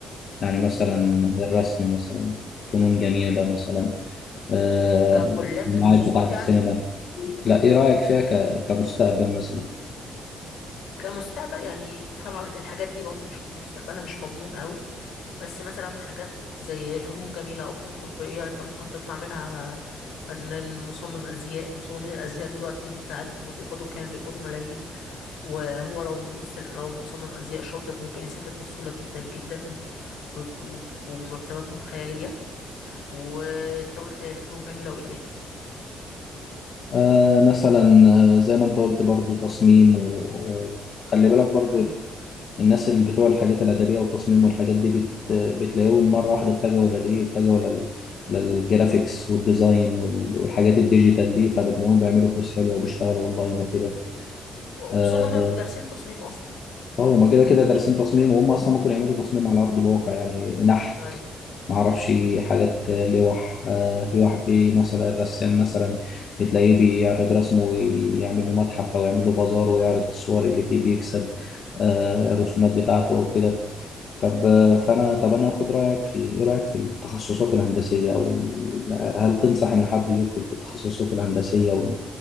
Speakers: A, on the left; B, on the left.
A: يعني مثلا
B: إيه،
A: الرسم مثلا فنون جميلة مثلا آه
B: ككليات
A: المواعيد
B: وتخصصات
A: بتاعة
B: يعني
A: السينما لا ايه رأيك فيها ك- كمستقبل مثلا
B: كمستقبل يعني طبعا الحاجات دي برضو مش مستقبلها مش مضمون قوي بس مثلا حاجات زي فنون جميلة أو فنون تطبيقية أنت ممكن تطلع منها فنان مصمم أزياء مصممين الأزياء دلوقتي أنت عارف هما بيقبضوا كام بيقبضوا ملايين وهو لو ممثل لو مصمم أزياء شاطر ممكن يسافر بسهولة جدا جدا و- وب- وب- ومرتباتهم خيالية وأنت قلت فنون جميلة وإيه تاني
A: آه مثلا آه، زي ما انت قلت برضو تصميم و- و- وخلي بالك برضو
B: مم.
A: ال- الناس اللي بتوع الحاجات الأدبية والتصميم والحاجات دي بت بتلاقيهم مرة واحدة اتجهوا للإيه اتجهوا لل- للجرافيكس والديزاين وال- والحاجات الديجيتال دي فبتلاقيهم بيعملوا فلوس حلوة وبيشتغلوا أونلاين وكده
B: وخصوصا
A: اه
B: إن هما بيبقوا دارسين تصميم أصلا
A: آه، هما كده كده دارسين تصميم وهم أصلا ممكن يعملوا تصميم على أرض الواقع يعني نحت
B: أيوة
A: ما اعرفش حاجات لوح آه، في واحد في مصر الرسام مثلا بتلاقيه بيعرض رسمه ويعمل له متحف او يعمل له بازار ويعرض الصور اللي فيه بيكسب آه، الرسومات بتاعته او كده طب آه، فانا طب انا اخد رايك في ايه رايك في التخصصات الهندسيه او ال- هل تنصح ان حد يدخل في التخصصات الهندسيه وال-